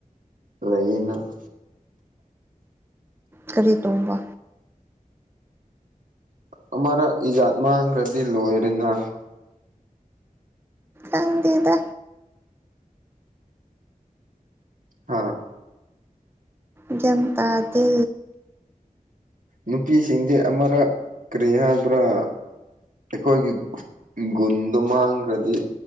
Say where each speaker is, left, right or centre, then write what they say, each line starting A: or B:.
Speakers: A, on the right (about 65°); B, on the right (about 15°).
A: ꯂꯩꯅ
B: ꯀꯔꯤ ꯇꯣꯡꯕ
A: ꯎꯝ ꯑꯃꯔꯛ ꯏꯖꯥꯠ ꯃꯥꯡꯈ꯭ꯔꯗꯤ ꯂꯣꯏꯔꯦꯅ
B: ꯃꯇꯇꯥꯡꯗꯗ
A: ꯍꯥꯥ
B: ꯟꯇꯥꯗꯤ
A: ꯅꯨꯄꯤꯁꯤꯡꯗꯤ ꯑꯃꯔꯛ ꯀꯔꯤ ꯍꯥꯏꯕ꯭ꯔꯥ ꯑꯩꯈꯣꯏꯒꯤ ꯒꯨꯟꯗꯣ ꯃꯥꯡꯈ꯭ꯔꯗꯤ